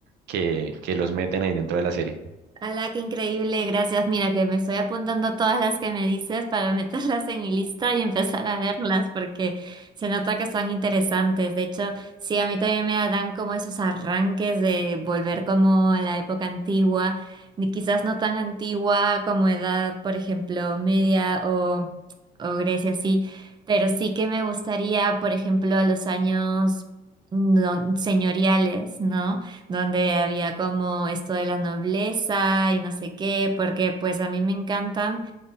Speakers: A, on the right (about 85°); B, on the right (about 25°).
A: que, que los meten ahí dentro de la serie.
B: Ala, qué increíble, gracias. Mira que me estoy apuntando todas las que me dices para meterlas en mi lista y empezar a verlas porque se nota que son interesantes. De hecho, sí, a mí también me dan como esos arranques de volver como a la época antigua, ni quizás no tan antigua como edad, por ejemplo, media o, o Grecia, sí, pero sí que me gustaría, por ejemplo, a los años mm, don- señoriales, ¿no? donde había como esto de la nobleza y no sé qué, porque pues a mí me encantan